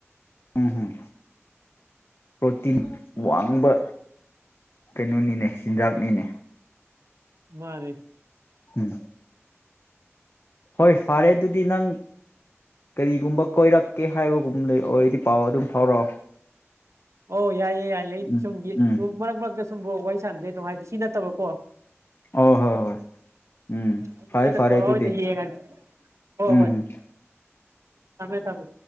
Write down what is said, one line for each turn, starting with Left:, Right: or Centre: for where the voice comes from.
Left: ꯎꯝꯝ ꯄ꯭ꯔꯣꯇꯤꯟ ꯋꯥꯡꯕ ꯀꯩꯅꯣꯅꯤꯅꯦ ꯆꯤꯟꯖꯥꯛꯅꯤꯅꯦ
Right: ꯃꯥꯅꯦ
Left: ꯎꯝ ꯍꯣꯏ ꯐꯔꯦ ꯑꯗꯨꯗꯤ ꯅꯪ ꯀꯔꯤꯒꯨꯝꯕ ꯀꯣꯏꯔꯛꯀꯦ ꯍꯥꯏꯕꯒꯨꯝꯗ ꯑꯣꯏꯔꯗꯤ ꯄꯥꯎ ꯑꯗꯨꯝ ꯐꯥꯎꯔꯛꯑꯣ
Right: ꯑꯣ ꯌꯥꯏꯌꯦ
Left: ꯎꯝ
Right: ꯁꯨꯝꯛ
Left: ꯎꯝ
Right: ꯃꯔꯛ ꯃꯔꯛ ꯁꯨꯝꯕ ꯋꯥ ꯋꯥꯔꯤ ꯁꯥꯟꯗꯦ ꯑꯗꯨꯝ ꯍꯥꯏꯗꯤ ꯁꯤ ꯅꯠꯇꯕꯀꯣ
Left: ꯑꯣ ꯍꯣꯏ ꯍꯣꯏ ꯎꯝ
Right: ꯑꯗꯨ
Left: ꯐꯔꯦ
Right: ꯅꯣꯏꯅ
Left: ꯐꯔꯦ
Right: ꯇꯧꯔ
Left: ꯇꯨꯗꯤ
Right: ꯑꯣꯏꯅ ꯌꯦꯡꯉꯒꯦ ꯍꯣꯏ
Left: ꯎꯝ
Right: ꯍꯣꯏ
Left: ꯍꯝ
Right: ꯊꯝꯃꯦ ꯊꯝꯃꯦ